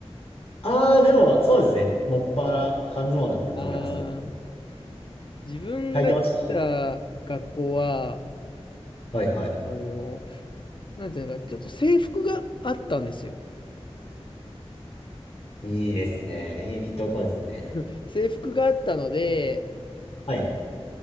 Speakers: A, on the left (about 65°); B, on the left (about 45°).
A: ああ、でも、そうですね。もっぱら半ズボンだったと思います。
B: あー自分が行ってた学校は、
A: 履いてましたはいはい。
B: あのーなんていうのか、ちょっと制服があったんですよ。
A: いいですね。いいとこですね。
B: <laughs> うん制服があったので、
A: はい。